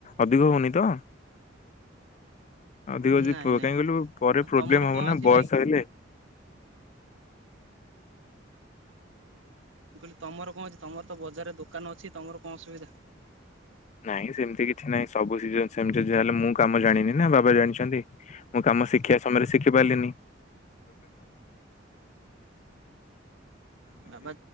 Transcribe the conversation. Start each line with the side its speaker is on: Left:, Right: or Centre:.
Left: ଅଧିକ ହଉନି ତ। ଅଧିକ,
Right: ନାଇଁ
Left: କାଇଁ
Right: ନାଇଁ
Left: କହିଲୁ ପରେ
Right: ଆଉ
Left: ପ୍ରୋବ୍ଲେମ୍
Right: ତମର
Left: ହବ
Right: କଣ
Left: ନା
Right: ଅଛି
Left: ବୟସ
Right: ଭାଇ?
Left: ହେଲେ।
Right: <inaudible> ତମର୍ ତ ବଜାରରେ ଦୋକାନ ଅଛି, ତମର ଙ୍କ ଅସୁୁବିଧା?
Left: ନାଇଁ ସେମ୍ତି କିଛି ନାଇଁ, ସବୁ---------ଯାହେଲେ ମୁଁ କାମ ଜାଣିନି ନା, ବାବା ଜାଣି ଚନ୍ତି, ମୁଁ କାମ ଶିଖିବା ସମୟରେ ଶିଖି ପାର୍ଲିନି।
Right: ବାବା